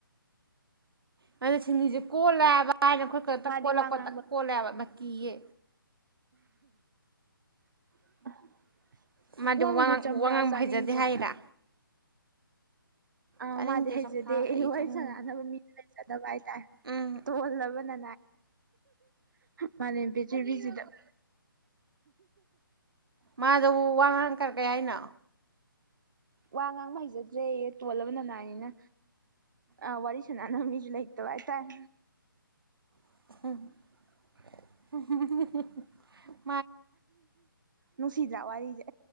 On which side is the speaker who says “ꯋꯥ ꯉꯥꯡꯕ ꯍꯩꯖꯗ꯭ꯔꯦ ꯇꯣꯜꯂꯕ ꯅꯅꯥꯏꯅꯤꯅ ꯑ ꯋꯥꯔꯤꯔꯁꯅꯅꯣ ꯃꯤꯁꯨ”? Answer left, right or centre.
Right